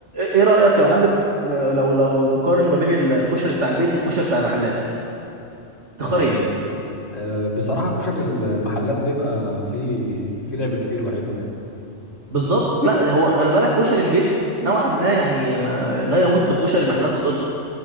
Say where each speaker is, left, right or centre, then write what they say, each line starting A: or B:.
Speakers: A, on the right; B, on the left.
A: ايه رايك يا معلم لو لو نقارن ما بين الكشري بتاع البيت والكشري بتاع المحلات تختار
B: أه
A: ايه
B: أه بصراحه كشري المحلات بيبقى فيه فيه لعب كتير وحلو يعني
A: بالظبط لا هو خلي بالك كشري البيت نوعا ما يعني ما لا يمت بكشري المحلات بصله